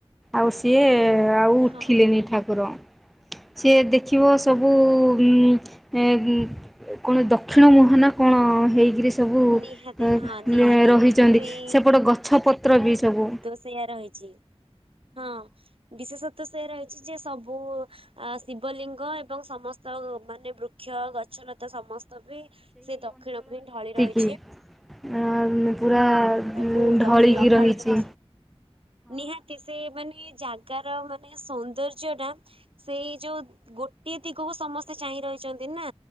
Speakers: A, in the centre; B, on the right (about 60°).
A: ଆଉ ସିଏ ଆଉ ଉଠିଲେନି
B: ହଁ
A: ଠାକୁର। ସିଏ ଦେଖିବ ସବୁ ଉଁ ଏଁ ବୁଁ ଏ କଣ ଦକ୍ଷିଣ ମୁହା ନା କଣ ହେଇକିରି ସେ ସବୁ
B: ନିହାତି ହଁ ନିହାତି
A: ଏ ଏଁ ରହିଛନ୍ତି
B: ସେଇ
A: ସେପଟ ଗଛପତ୍ର ବି ସବୁ
B: ସେୟା ରହିଛି ହଁ ବିଶେଷତ୍ୱ ସେଇ ରହି ଯେ ସବୁ ଅ ଶିବଲିଙ୍ଗ ଏବଂ ସମସ୍ତ ମାନେ ବୃକ୍ଷ ଗଛ ଲ ତ ସମସ୍ତ ବି ସେ ଦକ୍ଷିଣକୁ ହିଁ ଢଳି ରହିଚ
A: ନ୍ତି ଆ ପୁରା
B: ସବୁ
A: ଉଁ ଢଳିକି
B: ଦକ୍ଷିଣକୁ
A: ରହିଚି।
B: ଢଳି ରହିଛି। ନିହାତି ସେ ମାନେ ଜାଗାର ମାନେ ସୌନ୍ଦର୍ଯ୍ୟ ଟା ସେଇ ଯୋଉ ଗୋଟିଏ ଦିଗକୁ ସମସ୍ତେ ଚାହିଁ ରହିଛନ୍ତି ନା